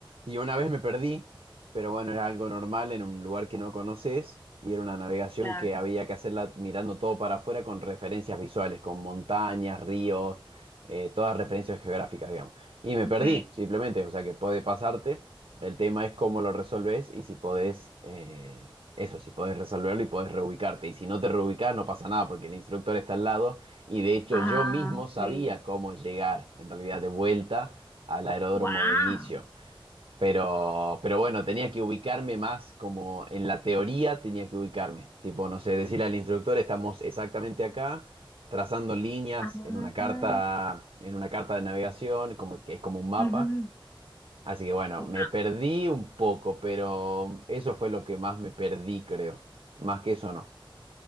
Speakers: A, on the right (about 85°); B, on the left (about 25°).
A: y una vez me perdí, pero bueno, era algo normal en un lugar que no conoces y era una navegación
B: claro.
A: que había que hacerla mirando todo para afuera con referencias visuales, con montañas, ríos, eh, todas referencias geográficas, digamos. Y me perdí,
B: Ok.
A: simplemente, o sea que puede pasarte. El tema es cómo lo resolves y si podés, eh, eso, si podés resolverlo y podés reubicarte. Y si no te reubicás, no pasa nada porque el instructor está al lado y de hecho
B: Ah,
A: yo mismo
B: ok.
A: sabía cómo llegar en realidad de vuelta al aeródromo
B: Wow.
A: de inicio. Pero, pero bueno, tenía que ubicarme más como en la teoría tenía que ubicarme. Tipo, no sé, decirle al instructor, estamos exactamente acá, trazando líneas
B: Ah,
A: en una carta, en una carta de navegación, como que es como un mapa.
B: ujú,
A: Así que bueno,
B: Wow.
A: me perdí un poco, pero eso fue lo que más me perdí, creo. Más que eso no.